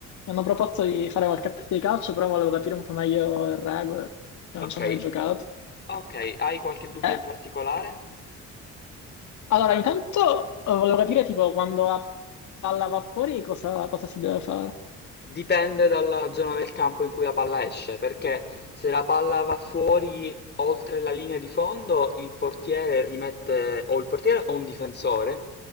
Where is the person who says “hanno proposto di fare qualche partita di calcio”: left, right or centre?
Left